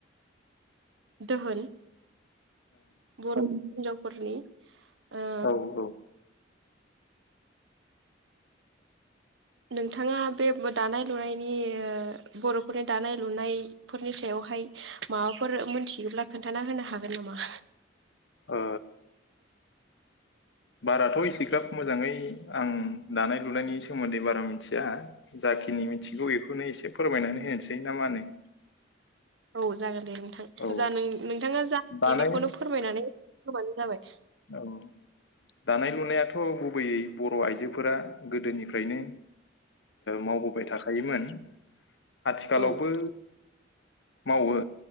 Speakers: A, on the right; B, on the left.
A: दोहोन बर' हिनजावफोरनि ओ
B: औ ओ
A: नोंथाङा बे दानाय लुनायनि बर'फोरनि दानाय लुनायफोरनि सायावहाय माबाफोर मोनथियोब्ला खोन्थाना होनो हागोन नामा?
B: ओ बाराथ' एसेग्राब मोजाङै आं दानाय लुनायनि सोमोन्दै बारा मिथिया जाखिनि मिथिगौ बेखौनो एसे फोरमायनानै होनोसै ना मा होनो
A: औ जागोन दे नोंथां
B: औ
A: जा नोंथाङा जा मिथियो
B: दानाय
A: <unintelligible> बेखौनो फोरमायनानै होबानो जाबाय
B: औ दानाय लुनायाथ' गुबैयै बर' आइजोफोरा गोदोनिफ्रायनो मावबोबाय था हायोमोन आथिखालावबो
A: औ
B: मावो